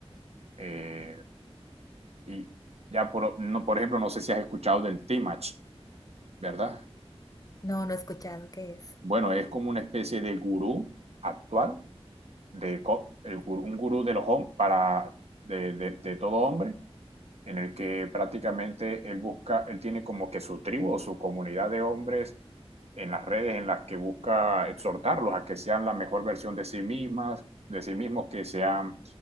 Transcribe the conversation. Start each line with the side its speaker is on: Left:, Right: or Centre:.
Right: eh, y ya por, no, por ejemplo, no sé si has escuchado del T-Match, ¿verdad?
Left: No, no he escuchado qué es.
Right: Bueno, es como una especie de gurú actual, de co- el gurú- un gurú de los hom- para de, de- de todo hombre, en el que prácticamente él busca, él tiene como que su tribu o su comunidad de hombres en las redes en las que busca exhortarlos a que sean la mejor versión de sí mismas, de sí mismos, que sean